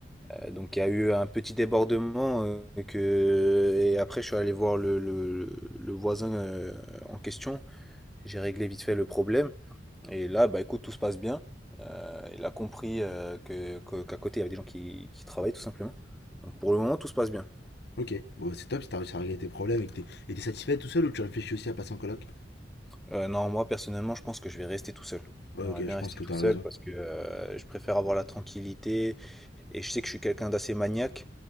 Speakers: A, in the centre; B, on the left.
A: heu, donc il y a eu un petit débordement, heu, que et après je suis allé voir le le le voisin, heu, en question. J'ai réglé vite fait le problème et là, bah, écoute, tout se passe bien. Heu, il a compris, heu, que que qu'à côté, il y avait des gens qui qui travaillent tout simplement. Donc pour le moment, tout se passe bien.
B: Ok, bon, c'est top si t'as réussi à régler tes problèmes et que t'es et t'es satisfait tout seul ou tu réfléchis aussi à passer en coloc
A: Heu, non, moi personnellement, je pense que je vais rester tout seul.
B: Ouais,
A: J'aimerais
B: ok,
A: bien
B: je pense
A: rester
B: que
A: tout
B: t'as
A: seul
B: raison.
A: parce que, heu, je préfère avoir la tranquillité et je sais que je suis quelqu'un d'assez maniaque.